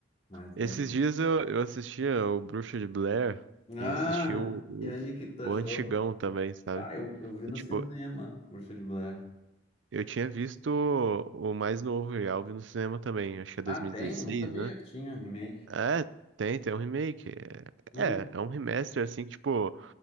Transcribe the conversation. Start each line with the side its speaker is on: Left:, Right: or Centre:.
Left: mas
Right: Esses
Left: tem.
Right: dias eu, eu assistia o Bruxa de Blair
Left: Ah,
Right: e assisti o, o,
Left: e aí, o que que tu achou?
Right: o antigão também, sabe?
Left: Ah, eu, eu vi
Right: E,
Left: no
Right: tipo,
Left: cinema, Bruxa de Blair.
Right: eu tinha visto o, o mais novo e Alvin no cinema também, acho que é
Left: Ah,
Right: 2016,
Left: tem? Não sabia
Right: né?
Left: que tinha remake.
Right: É, tem, tem um remake.
Left: Hum,
Right: É, é um remaster, assim, que, tipo.